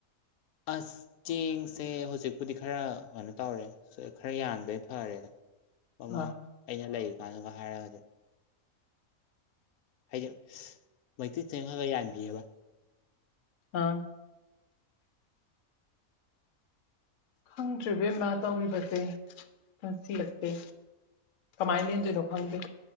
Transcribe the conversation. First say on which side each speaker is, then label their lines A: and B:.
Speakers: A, on the left; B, on the left.
A: ꯑꯁ ꯆꯦꯡꯁꯦ ꯍꯧꯖꯤꯛꯄꯨꯗꯤ ꯈꯔ ꯀꯩꯅꯣ ꯇꯧꯔꯦ ꯈꯔ ꯌꯥꯟꯕꯩ ꯐꯔꯦꯗ ꯃꯃꯥ
B: ꯑꯥ
A: ꯑꯩꯅ ꯂꯩ ꯀꯥꯟꯗꯨꯒ ꯍꯥꯏꯔꯒꯗꯤ ꯍꯥꯏꯗꯤ ꯃꯩꯇꯩ ꯆꯦꯡ ꯈꯔ ꯈꯔ ꯌꯥꯟꯕꯤꯑꯕ
B: ꯑꯥ ꯈꯪꯗ꯭ꯔꯤꯕꯦꯝꯅ ꯇꯧꯔꯤꯕꯁꯦ ꯅꯨꯡꯁꯤꯔꯛꯇꯦ ꯀꯃꯥꯏ ꯂꯦꯟꯗꯦ ꯂ ꯈꯥꯏꯗ